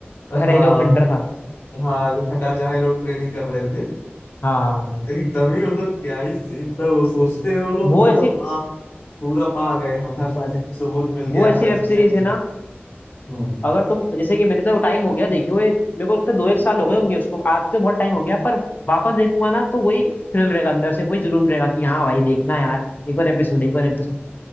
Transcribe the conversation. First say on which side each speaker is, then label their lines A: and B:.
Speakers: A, on the left (about 45°); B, on the left (about 65°).
A: घर
B: हाँ
A: है जो खंडर था
B: हाँ जो खंडार जहाँ ये लोग ट्रेनिंग कर रहे थे
A: हाँ
B: एकदम ही मतलब क्या ही सीन था वो सोचते हैं वो लोग
A: वो
B: मतलब
A: ऐसी
B: हाँ पूरा पा गए हम हर
A: वो बात है
B: सबूत मिल
A: वो
B: गया
A: ऐसी
B: हर चीजें
A: वेब सीरीज
B: मुझे
A: है ना
B: हम्म
A: अगर तुम जैसे कि मैंने तो टाइम हो गया देखे हुए मेरे को लगता है दो एक साल हो गए होंगे उसको आज तो बहुत टाइम हो गया पर वापस देखूंगा ना तो वही थ्रिल रहेगा अंदर से वही जुनून रहेगा कि हाँ भाई देखना यार एक और एपिसोड एक और एपिसोड